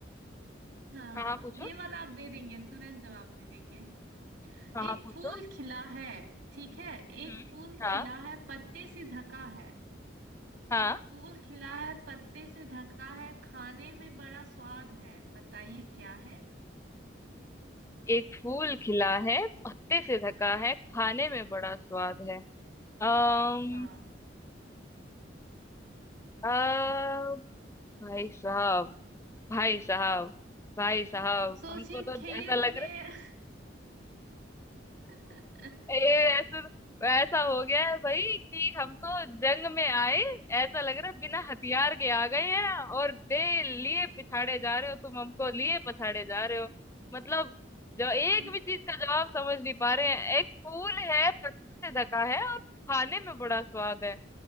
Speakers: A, on the right; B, on the left.
A: हाँ
B: हाँ हाँ पूछो
A: ये वाला आप दे देंगे तुरंत जवाब दे देंगे
B: हाँ हाँ
A: एक
B: पूछो
A: फूल खिला है ठीक है एक
B: हम्म
A: फूल
B: हाँ
A: खिला है पत्ते से ढका है
B: हाँ
A: एक फूल खिला है पत्ते से ढका है खाने में बड़ा स्वाद है बताइए क्या है
B: एक फूल खिला है पत्ते से ढका है खाने में बड़ा स्वाद है अम्म
A: हाँ
B: अ, भाई साहब भाई साहब भाई साहब
A: सोचिए
B: हमको तो
A: खेत
B: ऐसा लग
A: में
B: रहा है
A: <laughs>
B: ये ऐसे ऐसा हो गया है भाई कि हम तो जंग में आए ऐसा लग रहा है बिना हथियार के आ गए हैं और दे लिए पिछाड़े जा रहे हो तुम हमको लिए पछाड़े जा रहे हो मतलब जो एक
A: हाँ
B: भी चीज का जवाब समझ नहीं पा रहे हैं एक फूल है पत्ते से ढका है और खाने में बड़ा स्वाद है